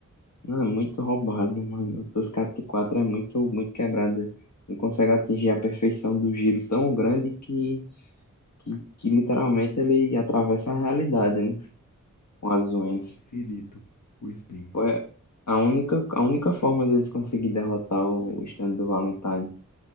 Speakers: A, on the left (about 65°); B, on the left (about 80°).
A: não, é muito roubado, mano. Toscato 4 é muito, muito quebrada. não consegue atingir a perfeição do giro tão grande que, que, que literalmente ele atravessa a realidade, né? Com as unhas.
B: É infinito o espinho.
A: Foi a única, a única forma deles conseguir derrotar o stand do Valentine.